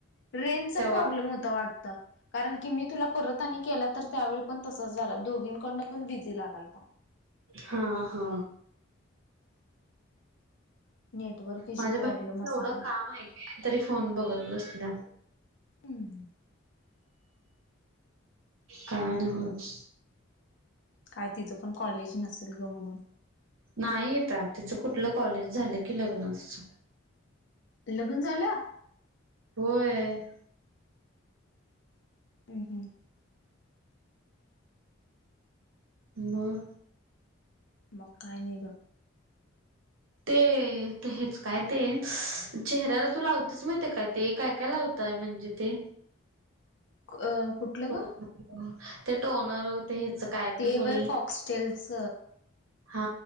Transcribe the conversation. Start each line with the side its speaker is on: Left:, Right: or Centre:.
Left: ट्रेनचा
Right: तेव्हा
Left: प्रॉब्लेम होता वाटत कारण की मी तुला परत केला तर त्यावेळी पण तसच झालं दोघींकडनं पण बिझी लागाल का
Right: हा हा
Left: नेटवर्क इश्यू
Right: माझ्या
Left: प्रॉब्लेम
Right: बहिणीच
Left: असणार
Right: एवढं काम आहे का तरी फोन बघत बसली ना
Left: हम्म
Right: कार होच
Left: काय तिचं पण कॉलेज नसेल ग म्हणून
Right: नाही येत तिचं कुठलं कॉलेज झालं की लग्न अस
Left: लग्न झालं
Right: होय
Left: हम् हम
Right: बर
Left: मकायने ब
Right: ते तर हेच काय ते चेहऱ्याला तू लावतेच माहिती काय ते काय काय लावते काय म्हणजे ते
Left: अ कुठलं
Right: टोनर
Left: ग
Right: ते टोनर ते ह्याच काय तरी
Left: ते
Right: बोल
Left: वय फॉक्सटेलस
Right: हा